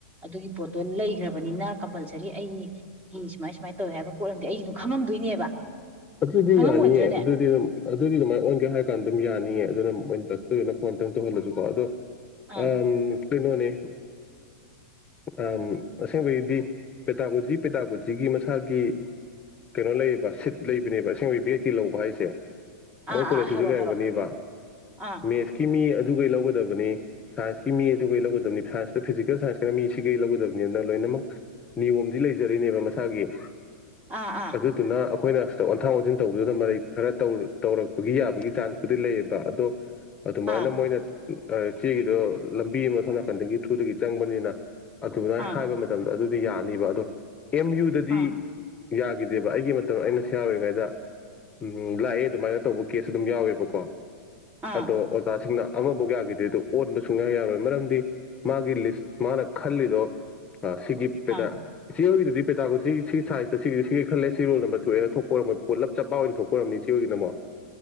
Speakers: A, on the right; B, on the left.
A: ꯑꯗꯨꯒꯤ ꯄꯣꯠꯇꯣ ꯂꯩꯈ꯭ꯔꯕꯅꯤꯅ ꯀꯝꯄꯜꯁꯔꯤ ꯑꯩꯒꯤ ꯁꯨꯃꯥꯏ ꯁꯨꯃꯥꯏꯅ ꯇꯧꯋꯦ ꯍꯥꯏꯕ ꯄꯣꯠ ꯑꯃꯗꯤ ꯑꯩꯒꯗꯨꯝ ꯈꯪꯉꯝꯗꯣꯏꯅꯦꯕ
B: ꯑꯗꯨꯗꯤ
A: ꯈꯪꯉꯝꯃꯣꯏꯗ꯭ꯔꯅꯦ
B: ꯌꯥꯅꯤꯌꯦ ꯑꯗꯨꯗꯤ ꯑꯗꯨꯝ ꯑꯗꯨꯗꯤ ꯑꯗꯨꯃꯥꯏꯅ ꯑꯣꯟꯒꯦ ꯍꯥꯏ ꯀꯥꯟꯗ ꯑꯗꯨꯝ ꯌꯥꯅꯤꯑ ꯑꯗꯨꯅ ꯃꯣꯏ <unintelligible> ꯐꯣꯟꯇ ꯇꯧꯍꯜꯂꯁꯨ ꯑꯗꯨꯣ
A: ꯑꯥ
B: ꯑꯪ ꯀꯩꯅꯣꯅꯦ ꯑꯝ ꯑꯁꯦꯡꯕꯒꯤꯗꯤ ꯄꯦꯇꯥꯒꯨꯖꯤ ꯄꯦꯇꯥꯒꯨꯖꯤꯒꯤ ꯃꯁꯥꯒꯤ ꯀꯩꯅꯣ ꯂꯩꯌꯦꯕ ꯁꯤꯠ ꯂꯩꯕꯅꯦꯕ ꯑꯁꯦꯡꯕꯩ ꯕꯦꯠ ꯇꯤ ꯂꯧꯕ ꯍꯥꯏꯁꯦ ꯃꯣꯏ
A: ꯑꯥ
B: ꯀꯣꯂꯦꯖꯁꯤꯁꯨ
A: ꯑꯥ ꯍꯥꯏꯔꯣ
B: ꯂꯩꯔꯝꯒꯅꯦꯕ
A: ꯍꯥꯏꯔꯣ ꯑꯥ
B: ꯃꯦꯁꯀꯤ ꯃꯤ ꯑꯗꯨꯩ ꯂꯧꯒꯗꯕꯅꯤ ꯁꯥꯏꯟꯁꯀꯤ ꯃꯤ ꯑꯗꯨꯒꯩ ꯂꯧꯒꯗꯕꯅꯤ ꯁꯥꯏꯟꯁꯇ ꯐꯤꯖꯤꯀꯦꯜ ꯁꯥꯏꯟꯁꯀꯤꯅ ꯃꯤ ꯁꯤꯒꯩ ꯂꯧꯒꯗꯕꯅꯤꯅ ꯂꯣꯏꯅꯃꯛ ꯅꯤꯌꯣꯝꯗꯤ ꯂꯩꯖꯔꯤꯅꯦꯕ ꯃꯁꯥꯒꯤ
A: ꯑꯥ ꯑꯥ
B: ꯑꯗꯨꯗꯨꯅ ꯑꯩꯈꯣꯏꯅ ꯑꯣꯟꯊꯥ ꯑꯣꯟꯁꯤꯟ ꯇꯧꯕꯗꯨꯗ ꯃꯔꯩ ꯈꯔ ꯇꯧꯔꯛꯄꯒꯤ ꯌꯥꯕꯒꯤ ꯆꯥꯟꯁꯄꯨꯗꯤ ꯂꯩꯌꯦꯕ ꯑꯗꯣ ꯑꯗꯨꯃꯥꯏꯅ
A: ꯑꯥ
B: ꯃꯣꯏꯅ ꯆꯦꯒꯤꯗꯣ ꯂꯝꯕꯤ ꯑꯃ ꯁꯣꯝꯅꯀꯟꯗꯒꯤ ꯊ꯭ꯔꯨꯗꯒꯤ ꯆꯪꯕꯅꯤꯅ ꯑꯗꯨꯃꯥꯏ
A: ꯑꯥ
B: ꯍꯥꯏꯕ ꯃꯇꯝꯗ ꯑꯗꯨ ꯑꯗꯨ ꯌꯥꯅꯤꯕ ꯑꯗꯣ ꯑꯦꯝ ꯌꯨꯗꯗꯤ
A: ꯑꯥ
B: ꯌꯥꯈꯤꯗꯦꯕ ꯑꯩꯒꯤ <unintelligible> ꯑꯩꯅ ꯌꯥꯎꯔꯤꯉꯩꯗ ꯎꯝ ꯂꯥꯛꯑꯦ ꯑꯗꯨꯃꯥꯏꯅ ꯇꯧꯕ ꯀꯦꯁ ꯑꯗꯨꯝ ꯌꯥꯎꯋꯦꯕꯀꯣ
A: ꯑꯥ
B: ꯑꯗꯣ ꯑꯣꯖꯥꯁꯤꯡꯅ ꯑꯃꯐꯧ ꯌꯥꯈꯤꯗꯦꯗ ꯑꯣꯟꯕ ꯁꯨꯡꯌꯥꯌꯥ ꯌꯥꯔꯣꯏ ꯃꯔꯝꯗꯤ ꯃꯥꯒꯤ ꯂꯤꯁ ꯃꯥꯅ ꯈꯜꯂꯤꯗꯣ ꯑꯥ ꯁꯤꯒꯤ ꯄꯦꯗ
A: ꯑꯥ
B: ꯑꯃ ꯌꯨꯒꯗꯤ ꯄꯦꯇꯥꯀꯣꯖꯤ ꯁꯤ ꯁꯥꯏꯁꯇ ꯁꯤꯒꯤ ꯁꯤꯒꯤ ꯈꯜꯂꯦ ꯁꯤ ꯔꯣꯜ ꯅꯝꯕ ꯊꯣꯛꯑꯦꯅ ꯊꯣꯛꯄꯔꯝꯣꯏ ꯄꯨꯂꯞ ꯆꯕꯥꯛ ꯑꯣꯏꯅ ꯊꯣꯛꯄ ꯑꯣꯏꯔꯝꯅꯤ ꯏꯆꯦꯍꯣꯏꯒꯤꯅꯃꯨꯛ